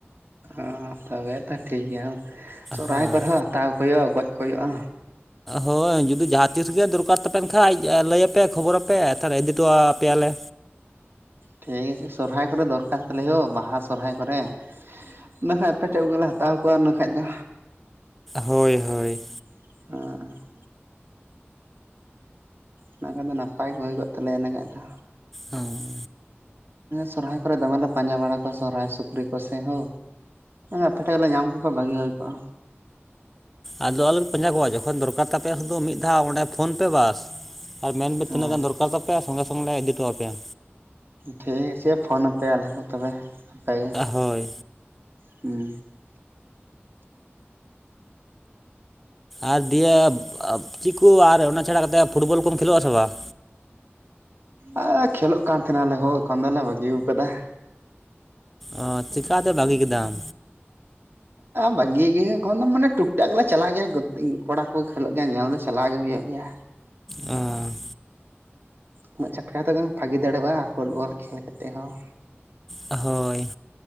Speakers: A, on the right; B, in the centre.
A: ᱚ ᱛᱚᱵᱮ ᱛᱚ ᱴᱷᱤᱠᱜᱮᱭᱟ ᱦᱳ ᱥᱚᱨᱦᱟᱭ
B: ᱦᱳᱭ
A: ᱠᱚᱨᱮ ᱦᱚᱸ ᱦᱟᱛᱟᱣ ᱠᱚ ᱦᱩᱭᱩᱜᱼᱟ ᱜᱚᱡ ᱠᱚ ᱦᱩᱭᱩᱜᱼᱟ᱾
B: ᱦᱳᱭ ᱡᱩᱫᱤ ᱡᱟᱦᱟᱸ ᱛᱤᱥᱜᱮ ᱫᱚᱨᱠᱟᱨ ᱛᱟᱯᱮᱱ ᱠᱷᱟᱡ ᱞᱟᱹᱭᱟᱯᱮ ᱠᱷᱚᱵᱚᱨᱟᱯᱮ ᱛᱟᱦᱚᱞᱮ ᱤᱫᱤ ᱦᱚᱴᱚ ᱟᱯᱮᱭᱟᱞᱮ᱾
A: ᱴᱷᱤᱠ ᱟᱪᱷᱮ ᱥᱚᱨᱦᱟᱭ ᱠᱚᱨᱮ ᱫᱚᱨᱠᱟᱨ ᱛᱟᱞᱮ ᱦᱳ ᱵᱟᱦᱟ ᱥᱚᱨᱦᱟᱭ ᱠᱚᱨᱮ, ᱵᱟᱠᱷᱟᱭ ᱟᱯᱮᱴᱮᱡ ᱠᱚᱜᱮᱞᱮ ᱦᱟᱛᱟᱣ ᱠᱚᱣᱟ ᱤᱱᱟᱹ ᱠᱷᱟᱡ ᱫᱚ
B: ᱦᱳᱭ ᱦᱳᱭ
A: ᱟ ᱚᱱᱟ ᱠᱷᱟᱡ ᱫᱚ ᱱᱟᱯᱟᱭ ᱜᱮ ᱦᱩᱭ ᱠᱚᱜ ᱛᱟᱞᱮᱭᱟ ᱤᱱᱟᱹ ᱠᱷᱟᱡ ᱫᱚ᱾
B: ᱚ
A: ᱥᱚᱨᱦᱟᱭ ᱠᱚᱨᱮ ᱫᱚᱢᱮᱞᱮ ᱯᱟᱸᱡᱟ ᱵᱟᱲᱟ ᱠᱚᱣᱟ ᱥᱚᱨᱦᱟᱭ ᱥᱩᱠᱨᱤ ᱠᱚᱥᱮ ᱦᱳ ᱟᱯᱮ ᱴᱷᱮᱡ ᱞᱮ ᱧᱟᱢ ᱠᱚ ᱠᱷᱟᱱ ᱵᱷᱟᱜᱤ ᱦᱩᱭ ᱠᱚᱜᱼᱟ᱾
B: ᱟᱫᱚ ᱟᱞᱮ ᱯᱟᱸᱡᱟ ᱠᱚᱣᱟ ᱡᱚᱠᱷᱚᱱ ᱫᱚᱨᱠᱟᱨ ᱛᱟᱯᱮᱭᱟ ᱥᱩᱫᱩ ᱢᱤᱫ ᱫᱷᱟᱣ ᱚᱸᱰᱮ ᱯᱷᱳᱱ ᱯᱮ ᱵᱟᱥ᱾ ᱟᱨ ᱢᱮᱱ ᱯᱮ
A: ᱦᱮᱸ
B: ᱛᱤᱱᱟᱹᱜ ᱜᱟᱱ ᱫᱚᱨᱠᱟᱨ ᱛᱟᱯᱮᱭᱟ ᱥᱚᱸᱜᱮ ᱥᱚᱸᱜᱮ ᱞᱮ ᱤᱫᱤᱴᱚ ᱟᱯᱮᱭᱟ᱾
A: ᱴᱷᱤᱠ ᱟᱪᱷᱮ ᱯᱷᱳᱱ ᱟᱯᱮᱭᱟ ᱟᱞᱮ ᱦᱳ ᱛᱚᱵᱮ ᱯᱟᱭᱜᱮ
B: ᱦᱳᱭ
A: ᱦᱩᱸ
B: ᱟᱨ ᱫᱤᱭᱮ ᱪᱮᱫ ᱠᱚ ᱟᱨ ᱚᱱᱟ ᱪᱷᱟᱲᱟ ᱠᱟᱛᱮᱫ ᱯᱷᱩᱴᱵᱚᱞ ᱠᱚᱢ ᱠᱷᱮᱞᱳᱜ ᱟ ᱥᱮ ᱵᱟᱝ?
A: ᱟ ᱠᱷᱮᱹᱞᱳᱜ ᱠᱟᱱ ᱛᱟᱦᱮᱱᱟᱞᱮᱦᱳ ᱮᱠᱷᱚᱱ ᱫᱚᱞᱮ ᱵᱟᱹᱜᱤᱭᱟᱠᱟᱫᱟ᱾
B: ᱚ ᱪᱮᱠᱟᱛᱮ ᱵᱟᱹᱜᱤ ᱠᱮᱫᱟᱢ?
A: ᱵᱷᱟᱹᱜᱤ ᱜᱮᱭᱟ ᱮᱠᱷᱚᱱ ᱫᱚ ᱢᱟᱱᱮ ᱴᱩᱠᱴᱟᱜᱠ ᱜᱮᱞᱮ ᱪᱟᱞᱟᱜ ᱜᱮᱭᱟ ᱠᱚᱲᱟ ᱠᱚ ᱠᱷᱮᱞᱳᱜ ᱜᱮᱭᱟ ᱧᱮᱞ ᱫᱚ ᱪᱟᱞᱟᱣ ᱜᱮ ᱦᱩᱭᱩᱜ ᱜᱮᱭᱟ
B: ᱮ <inaudible> <unintelligible>
A: ᱩᱱᱟᱹᱜ ᱪᱷᱟᱴᱠᱟ ᱛᱮ ᱵᱷᱟᱜᱤ ᱫᱟᱲᱮᱭᱟᱜᱼᱟ ᱯᱷᱩᱴᱵᱚᱞ ᱠᱷᱮᱞ ᱠᱟᱛᱮᱫ ᱦᱚᱸ
B: ᱦᱳᱭ